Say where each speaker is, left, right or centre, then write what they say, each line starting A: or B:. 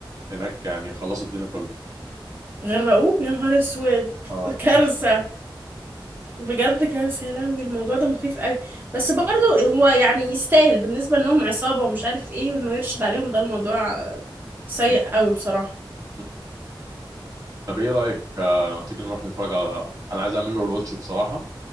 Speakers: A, on the right; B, on the right.
A: هناك يعني خلصوا الدنيا كلها
B: غرقوه يا نهار اسود
A: آه.
B: كارثة بجد كارثة يا لهوي الموضوع ده مخيف قوي بس برضه هو يعني يستاهل بالنسبة انهم عصابة ومش عارف ايه وانه يرشد عليهم ده الموضوع سيء
A: م-
B: قوي بصراحة
A: م. طب ايه رأيك آه، ما تيجي نروح نتفرج على انا عايز اعمل له روتش بصراحة